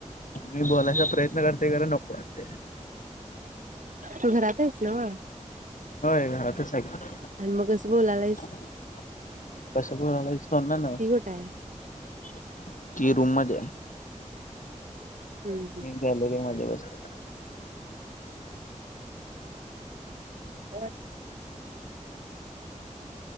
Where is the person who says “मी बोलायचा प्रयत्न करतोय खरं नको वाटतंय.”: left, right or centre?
Left